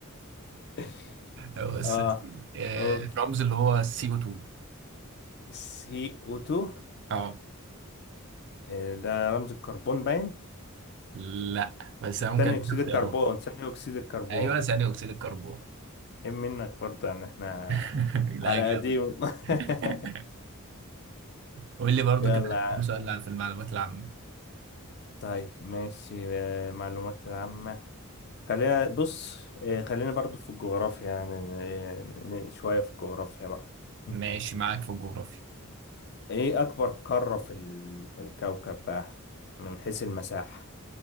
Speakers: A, on the left (about 50°); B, on the right (about 55°).
A: <laughs>
B: بص
A: اه
B: يا سيدي آه،
A: اوكي
B: الرمز اللي هو سي او 2
A: سي او 2
B: اه
A: آه، ده رمز الكربون باين
B: لا بس أنا ممكن
A: ثاني
B: أديك
A: اكسيد
B: اختيارات
A: الكربون ثاني اكسيد الكربون
B: أيوه ثاني أكسيد الكربون
A: ايه منك برضه يعني احنا
B: <laughs> لا
A: على
B: جامد
A: قديم
B: <laughs>
A: <laughs>
B: قول لي برضو
A: يلا
B: كده
A: يا
B: كام
A: عم.
B: سؤال في المعلومات العامة
A: طيب ماشي آه، معلومات العامة خلينا بص آه، خلينا برضو في الجغرافيا يعني ن- ن- شوية في الجغرافيا بقى م.
B: ماشي معاك في الجغرافيا
A: ايه اكبر قارة في ال- في الكوكب بقى من حيث المساحة